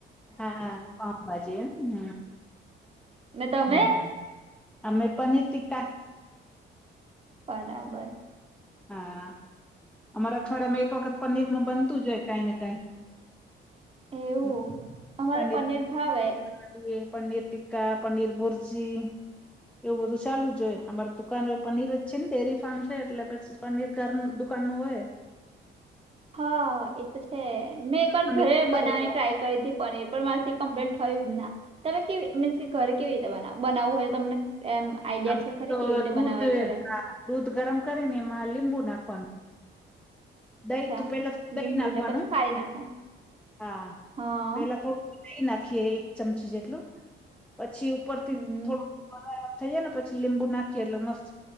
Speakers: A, in the centre; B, on the right.
A: હા પાઉભાજી હમ
B: ને તમે
A: હમ હમ આમે પનીર ટીકા
B: બરાબર
A: હા અમારે અઠવાડિયા માં એક વખત પનીર નું બનતું હોય કાઈ ને કાંઈ
B: એવું
A: હ
B: અમારે
A: પી
B: પનીર ભાવે
A: પનીર ટીક્કા પનીર ભૂર્જી એવું બધું ચાલુ જ જોઈએ અમાર દુકાન પનીર જ છે ને ડેરી ફાર્મ છે, એટલે પછી પનીર તગર દુકાન ન હોય.
B: હા એ તો છે મેં એક વાર
A: પનીર
B: ઘરે
A: મંગાવી
B: બનાવવાની
A: લેવાનું
B: ટ્રાય કરી પનીર પણ મારીથી કમ્પ્લીટ થયું જ ના તમે કેવી મીન્સ કે ઘરે કેવી રીતે બનાવવું હોય તો તમને એમ આઈડિયા
A: આમ
B: છે ખરી
A: તો
B: કેવી રીતે
A: દૂધ
B: બનાવાય ઘરે
A: હા દૂધ ગરમ કરીને એમાં લીંબુ નાખવાનું દહી
B: અચ્છા
A: તું પેલા થ દહી
B: લીંબુને
A: નાખવાનું
B: પછી ફાળી નાખવાનું
A: હા
B: હા
A: પેલા થોડુ. દહીં નાખીએ એક ચમચી જેટલું પછી ઉપરથી
B: હમ
A: થોડુ થઈ ને પછી લીંબુ નાખીએ એટલે મસ્ત